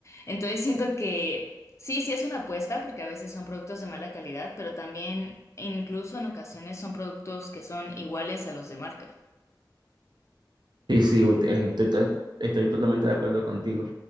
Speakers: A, on the left (about 40°); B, on the right (about 70°).
A: Entonces siento que sí, sí es una apuesta porque a veces son productos de mala calidad, pero también incluso en ocasiones son productos que son iguales a los de marca.
B: Sí, sí, eh, estoy, to- estoy totalmente de acuerdo contigo.